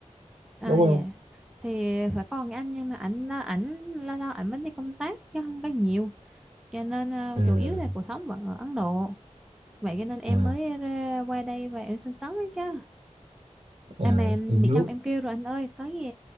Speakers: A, in the centre; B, on the right.
A: À,
B: đúng
A: dạ.
B: không
A: Thì phải còn anh nhưng mà ảnh ảnh lâu lâu ảnh mới đi công tác chứ không có nhiều cho nên ờ,
B: à.
A: chủ yếu là cuộc sống vẫn ở Ấn Độ vậy cho nên em
B: à
A: mới ra qua đây và em sinh sống đấy chứ
B: à
A: em mà em
B: uống
A: bị
B: nước
A: chồng em kêu rồi anh ơi có gì